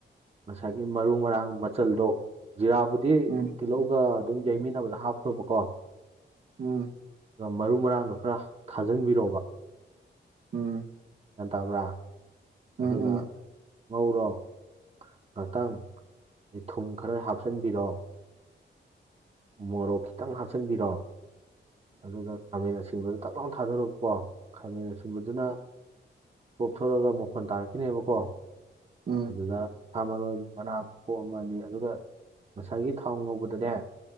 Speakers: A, on the right; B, on the right.
A: ꯉꯁꯥꯏꯒꯤ ꯃꯔꯨ ꯃꯔꯥꯡ ꯃꯆꯜꯗꯣ ꯖꯤꯔꯥꯕꯨꯗꯤ
B: ꯎꯝ ꯎꯝ ꯎꯝ
A: ꯇꯤꯜꯍꯧ ꯒ ꯑꯗꯨꯝ ꯌꯩꯃꯤꯟꯅꯕꯗ ꯍꯥꯞꯈ꯭ꯔꯣꯕꯀꯣ꯫
B: ꯎꯝ꯫
A: ꯒ ꯃꯔꯨ ꯃꯔꯥꯡꯗꯣ ꯈꯔ ꯊꯥꯖꯟꯕꯤꯔꫭꯕ꯫
B: ꯎꯝ꯫
A: ꯅꯠꯇꯕ꯭ꯔꯥ꯫
B: ꯎꯝ
A: ꯑꯗꯨꯒ
B: ꯎꯝ
A: ꯉꯧꯔꯣ ꯉꯍꯥꯛꯇꯪ꯫ ꯗꯩ ꯊꯨꯝ ꯈꯔ ꯍꯥꯞꯆꯟꯕꯤꯔꯣ꯫ ꯃꯣꯔꯣꯛ ꯈꯤꯇꯪ ꯍꯥꯞꯆꯟꯕꯤꯔꯣ꯫ ꯑꯗꯨꯒ ꯈꯥꯃꯦꯟ ꯑꯁꯤꯟꯕꯗꫭ ꯇꯛ ꯂꯥꯎꯅ ꯊꯥꯗꯔꫭꯕꯀꯣ ꯈꯥꯃꯦꯟ ꯑꯁꯤꯟꯕꯗꯨꯅ ꯀꯣꯛꯊꯣꯔꯛꯒ ꯃꯈꫭꯟ ꯇꯥꯔꯛꯈꯤꯅꯦꯕꯀꯣ꯫
B: ꯎꯝ꯫
A: ꯗꯨꯗ ꯁꯥ ꯃꯔꯣꯏ ꯃꯅꯥ ꯃꯈꯣꯛꯑꯃꯅꯤ ꯑꯗꯨꯒ ꯉꯁꯥꯏꯒꯤ ꯊꯥꯎ ꯉꯧꯕꯗꯅꯦ